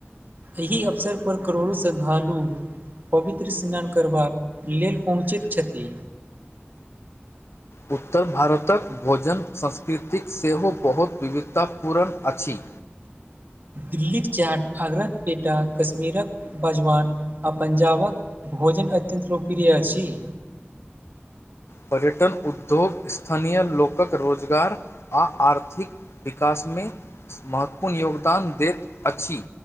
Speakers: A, on the right; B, on the left.
A: एहि अवसर पर करोड़ो श्रद्धालु पवित्र स्नान करबाक लेल पहुँचैत छथि।
B: उत्तर भारतक भोजन संस्कृतिक सेहो बहुत विविधतापूर्न अछि।
A: दिल्लीक चाट, आगरक पेटा, कश्मीरक बजवान आ पंजाबक भोजन अत्यन्त लोकप्रिय अछि।
B: पर्यटन उद्योग, स्थानीय लोकक रोजगार आ आर्थिक विकासमे महत्वपूर्ण योगदान देत अछि।